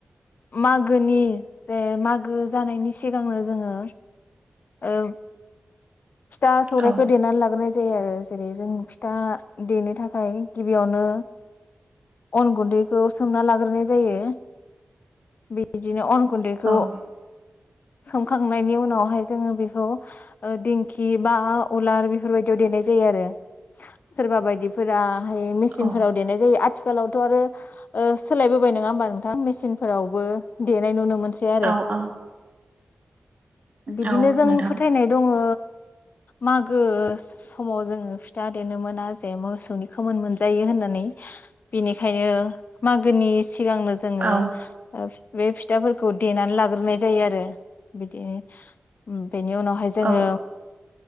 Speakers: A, on the left (about 65°); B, on the right (about 50°).
A: मागोनि जे मागो जानायनि सिगांनो जोङो ओ फिथा सौरायखौ
B: औ
A: देनानै लाग्रोनाय जायो आरो जेरै जों फिथा देनो थाखाय गिबियावनो अन गुन्दैखौ सोमना लाग्रोनाय जायो बे बिदिनो अन गुन्दैखौ
B: औ
A: सोमखांनायनि उनावहाय जोङो बेखौ दिं खि बा उलार बेफोरबायदियाव देनाय जायो आरो सोरबा बायदिफोरा मेसिनफोराव
B: औ
A: देनाय जायो थिखालावथ' आरो सोलायबोबाय नङा होमबा नोंथां मेसिनफोरावबो दे नाय नुनो मोनसै आरो।
B: औ औ
A: बिदिनो
B: औ
A: जों
B: नोंथां
A: फोथायनाय दङो। मागो समाव जोङो फिथा देनो मोना जे मोसौनि खोमोन मोनजायो होननानै बेनिखायनो मागोनि सिगांनो जोङो
B: औ
A: बे फिथाफोरखौ देनानै लाग्रोनाय जायो आरो बिदि उम। बेनि उनावहाय जोङो
B: औ औ